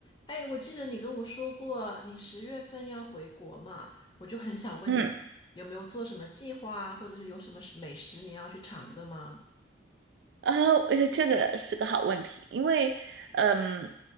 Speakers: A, on the left; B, on the right.
A: 哎，我记得你跟我说过你十月份要回国嘛，我就很想问你有没有做什么计划啊，
B: 嗯，
A: 或者是有什么食美食你要去尝的吗？
B: 然后而且这个是个好问题，因为，嗯，